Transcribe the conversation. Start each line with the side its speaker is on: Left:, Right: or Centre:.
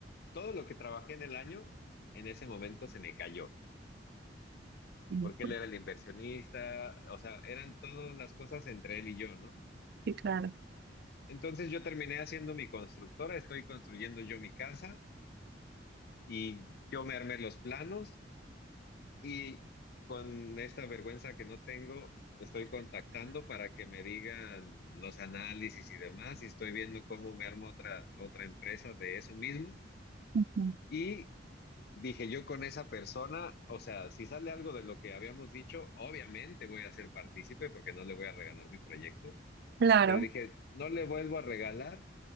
Left: todo lo que trabajé en el año, en ese momento se me cayó,
Right: Mm.
Left: porque él era el inversionista, o sea, eran todas las cosas entre él y yo, ¿no?
Right: Sí, claro.
Left: Entonces yo terminé haciendo mi constructora, estoy construyendo yo mi casa y yo me armé los planos Y con esta vergüenza que no tengo, estoy contactando para que me digan los análisis y demás, y estoy viendo cómo me armo otra, otra empresa de eso mismo.
Right: Ujú.
Left: Y dije yo con esa persona, o sea, si sale algo de lo que habíamos dicho, obviamente voy a ser partícipe porque no le voy a regalar mi proyecto,
Right: Claro,
Left: pero dije, no le vuelvo a regalar